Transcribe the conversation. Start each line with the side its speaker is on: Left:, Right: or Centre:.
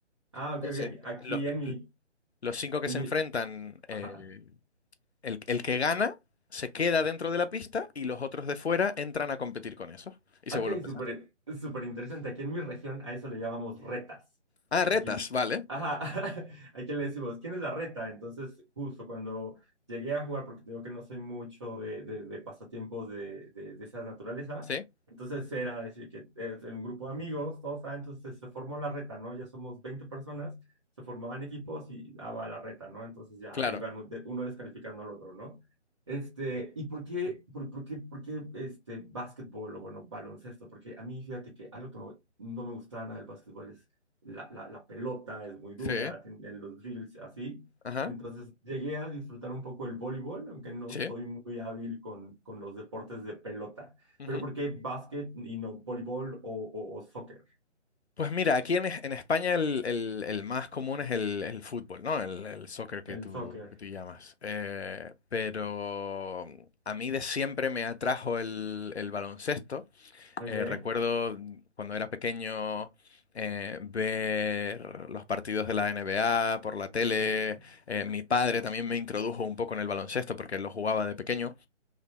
Right: Ah,
Left: Entonces,
Right: ok, ok. Aquí
Left: lo-
Right: en mi,
Left: los 5 que
Right: en
Left: se
Right: mi.
Left: enfrentan, eh,
Right: Ajá.
Left: el, el que gana se queda dentro de la pista y los otros de fuera entran a competir con esos y
Right: Ok,
Left: se vuelve a empezar.
Right: súper, súper interesante. Aquí en mi región a eso le llamamos retas.
Left: Ah, retas,
Right: Aquí,
Left: vale.
Right: ajá, <laughs> aquí le decimos, ¿quién es la reta? Entonces, justo cuando llegué a jugar, porque te digo que no soy mucho de, de- de pasatiempos de, de, de esa naturaleza,
Left: Sí,
Right: entonces era decir que eres un grupo de amigos, todos, ah, entonces se formó la reta, ¿no? Ya somos 20 personas, se formaban equipos y daba la reta, ¿no? Entonces ya
Left: claro.
Right: iban uno descalificando al otro, ¿no? Este, ¿y por qué, por, por qué, por qué este, básquetbol o bueno, baloncesto? Porque a mí, fíjate que algo que no no me gustaba nada del básquetbol es la, la, la pelota, es muy dura,
Left: Sí.
Right: tiene los drills, así.
Left: Ajá.
Right: Entonces llegué a disfrutar un poco el voleibol, aunque no
Left: Sí.
Right: soy muy hábil con, con los deportes de pelota.
Left: Ujú.
Right: Pero ¿por qué básquet y no voleibol o, o, o soccer?
Left: Pues mira, aquí en, Es- en España el, el- el más común es el, el fútbol, ¿no? El, el soccer que
Right: El
Left: tú,
Right: soccer,
Left: que tú llamas. Eh, pero mm, a mí de siempre me atrajo el, el baloncesto.
Right: ¿ok?
Left: Eh, recuerdo cuando era pequeño eh, ver los partidos de la NBA por la tele.
Right: Ok,
Left: Eh, mi padre también me introdujo un poco en el baloncesto porque él lo jugaba de pequeño.